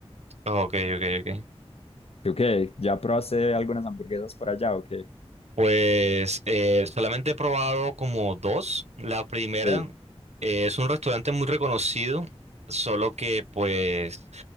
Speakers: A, on the right (about 85°); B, on the left (about 65°).
A: ok, ok, ok.
B: ¿Tú qué? ¿Ya probaste algunas hamburguesas por allá o qué?
A: Pues eh, solamente he probado como dos. La primera
B: Sí,
A: eh, es un restaurante muy reconocido, solo que pues